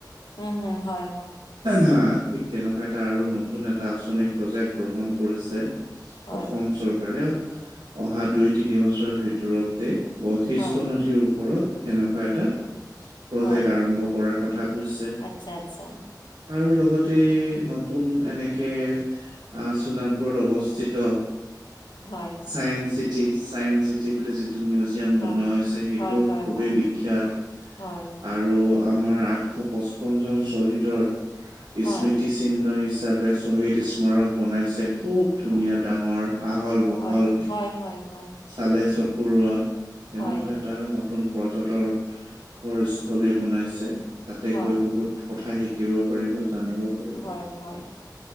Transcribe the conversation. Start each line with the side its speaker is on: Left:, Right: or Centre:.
Left: উম, হু হয়।
Right: হ ঠিক তেনেকুৱা এটা আৰু নতুন এটা আঁচনি প্ৰজেক্ট গ্ৰহণ কৰিছে।
Left: হয়,
Right: অসম চৰকাৰে অহা দুই তিনি বছৰ ভিতৰতে। বৈশিষ্ট্যৰ
Left: হয়,
Right: নথিৰ ওপৰত তেনেকুৱা এটা প্ৰজেক্ট
Left: হয়,
Right: আৰম্ভ কৰাৰ কথা। কৈছে
Left: আচ্ছা, আচ্ছা।
Right: আৰু লগতে নতুন এনেকে আহ চোনাপুৰত অৱস্থিত।
Left: হয়,
Right: চায়েন্স চিটি চায়েন্স চিটি বুলি যি টো মিউজিয়াম বনোৱা
Left: হয়,
Right: হৈছে সেইটো
Left: হয়, হয়,
Right: খুবেই
Left: হয়,
Right: বিখ্যাত
Left: হয়,
Right: আৰু। আমাৰ আঠশ পচপন্ন জন শ্বহীদৰ
Left: হয়,
Right: স্মৃতিচিহ্নি হিচাপে শ্বহীদ স্মাৰক বনাইছে খুব ধুনীয়া
Left: হয়,
Right: ডাঙৰ আহল বহল
Left: হয়, হয়, হয়, হয়,
Right: চালে চকুৰোৱা তেনেকুৱা
Left: হয়,
Right: এটা নতুন পৰ্যটকৰস্থলী বনাইছে তাতে
Left: হয়,
Right: গৈ বহুত কথা শিকিব পাৰিব জানিব পাৰিব
Left: হয় হয়।